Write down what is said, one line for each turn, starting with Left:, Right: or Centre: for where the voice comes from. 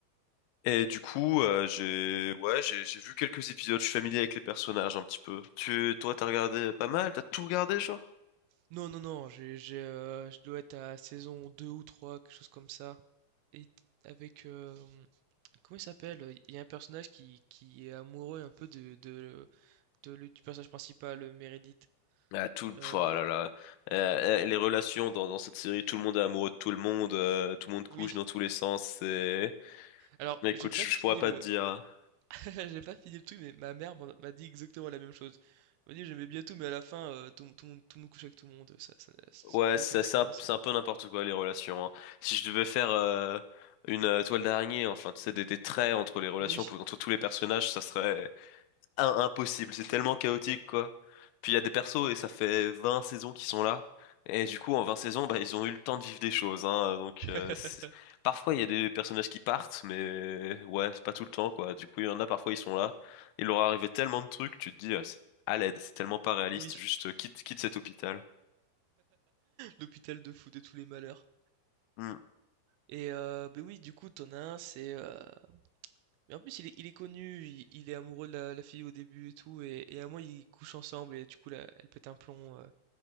Left: Et du coup, euh, j'ai ouais, j'ai j'ai vu quelques épisodes, je suis familier avec les personnages un petit peu. Tu, toi, t'as regardé pas mal, t'as tout regardé, genre?
Right: Non, non, non, j'ai, j'ai, euh, je dois être à saison 2 ou 3, quelque chose comme ça. Et avec... euh, comment il s'appelle? Il y a un personnage qui, qui est amoureux un peu de, de, de- du personnage principal, Meredith.
Left: Ah, tout,
Right: Heu,
Left: oh là là. Euh, euh, les relations dans, dans cette série, tout le monde est amoureux de tout le monde, euh, tout le monde couche
Right: oui.
Left: dans tous les sens, c'est...
Right: Alors,
Left: Mais écoute,
Right: j'ai pas
Left: je
Right: fini
Left: je pourrais pas
Right: le
Left: te dire.
Right: <laughs> j'ai pas fini le truc, mais ma mère m'en m'a dit exactement la même chose. Elle m'a dit: «J'aimais bien tout, mais à la fin, heu, tout tout le monde tout le monde couchait avec tout le monde, ça ça n'a ça
Left: Ouais,
Right: a plus
Left: c'est
Right: aucun sens».
Left: c'est un, c'est un peu n'importe quoi les relations. hein. Si je devais faire euh, une euh, toile d'araignée, enfin, tu sais, des, des traits entre les relations,
Right: Oui,
Left: pour- entre tous les personnages, ça serait im- impossible. C'est tellement chaotique, quoi. Puis il y a des persos et ça fait 20 saisons qu'ils sont là. Et du coup, en 20 saisons, bah, ils ont eu le temps de vivre des choses. Hein. Donc,
Right: <laughs>
Left: euh, c'est- parfois, il y a des personnages qui partent, mais ouais, c'est pas tout le temps, quoi. Du coup, il y en a, parfois, ils sont là. Il leur est arrivé tellement de trucs, tu te dis, euh, c'est à l'aide, c'est tellement pas réaliste.
Right: oui,
Left: Juste euh, quitte, quitte cet hôpital.
Right: l'hôpital de fou de tous les malheurs
Left: Hmm.
Right: et heu, beh, oui, du coup, tu as un, c'est, heu mais en plus, il est il est connu, il il est amoureux de la la fille au début et tout et et à moi ils couchent ensemble et du coup, là, elle pète un plomb, heu,